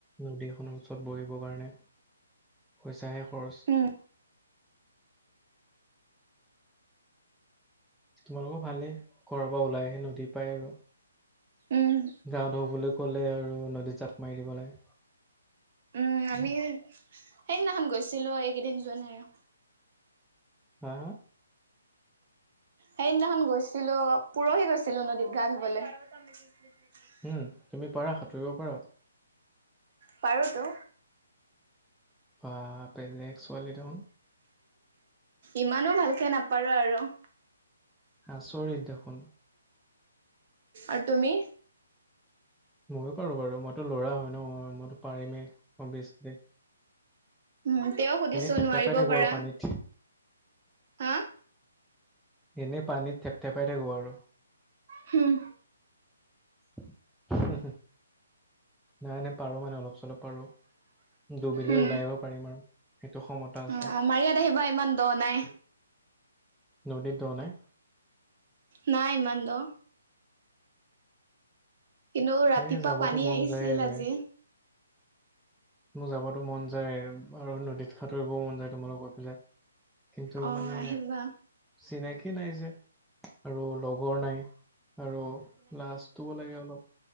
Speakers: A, in the centre; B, on the right (about 50°).
A: নদীখনৰ ওচৰত বহিবৰ কাৰণে, পইচাহে খৰচ।
B: উম
A: তোমালোকৰ ভালেই, ঘৰৰ পৰা ওলাই আহি নদী পায় আৰু।
B: উম্।
A: গা ধূও বুলি ক'লেই আৰু নদীত জাপ মাৰি দিব লাগে।
B: উ আমি সেইদিনাখন গৈছিলোঁ, এইকেইদিন যোৱা নাই আৰু।
A: হা
B: সেইদিনাখন গৈছিলোঁ, পোৰহি গৈছিলোঁ নদীত গা ধুবলৈ। <unintelligible>
A: উম। তুমি পাৰা, সাঁতুৰিব পাৰা?
B: পাৰোঁ টো।
A: বা বেলেগ ছোৱালী দেখোন।
B: ইমানো ভালকে নাপাৰো আৰু। <inaudible>
A: আচৰিত দেখোন।
B: আৰু তুমি?
A: ময়ো পাৰো বাৰু। মইতো ল'ৰা হয় ন', মইতো পাৰিমেই অবিএচলি।
B: উম, তেওঁ সুধিছো
A: থেপথেপাই
B: নোৱাৰিব
A: থাকো
B: পাৰা।
A: আৰু পানীত
B: হা
A: এনেই পানীত থেপ-থেপাই থাকো আৰু।
B: হুম।
A: <unintelligible> নাই এনেই পাৰো মানে অলপ চলপ পাৰো। ডুবিলে
B: উম,
A: ওলাই আহিব পাৰিম আৰু, সেইটো ক্ষমতা আছে।
B: অ, আমাৰ ইয়াত আহিবা ইমান দ নাই
A: নদীত দ নাই?
B: নাই ইমান দ। কিন্তু ৰাতিপুৱা
A: এই যাবতো
B: পানী
A: মন
B: আহিছিল
A: যায় বে।
B: আজি।
A: মোৰ যাবাতো মন যায়ে আৰু নদীত সাঁতুৰিবও মন যায় তোমালোকৰ ফালে। কিন্তু
B: অ,
A: মানে
B: আহিবা
A: চিনাকি নাই যে আৰু লগ গৰ নাই আৰু লাজটোও লাগে অলপ।